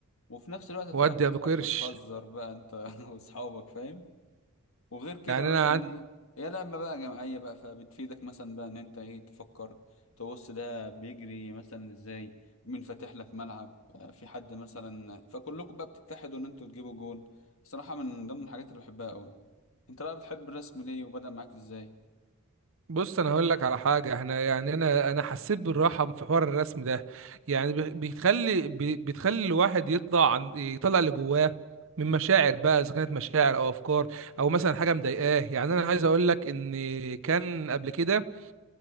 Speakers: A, on the left; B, on the right.
A: وفي نفس الوقت
B: وادي
A: تقعد تضحك
B: يا ابو قرش
A: وتهزر بقى انت <laughs> واصحابك فاهم وغير كده
B: يعني انا
A: مثلا
B: عندي
A: ايه هي لعبة بقى جماعية بقى فبتفيدك مثلا بقى ان انت ايه تفكر تبص ده بيجري مثلا ازاي مين فاتح لك ملعب آه، في حد مثلا فكلكم بقى بتتحدوا ان انتوا تجيبوا جون صراحة من ضمن الحاجات اللي بحبها قوي انت بقى بتحب الرسم ليه وبدأ معاك ازاي
B: بص انا هقول لك على حاجه احنا يعني انا انا حسيت بالراحه في حوار الرسم ده يعني بي- بيخلي بي- بتخلي الواحد يطلع عن يطلع اللي جواه من مشاعر بقى اذا كانت مشاعر او افكار او مثلا حاجه مضايقاه يعني انا عايز اقول لك ان كان قبل كده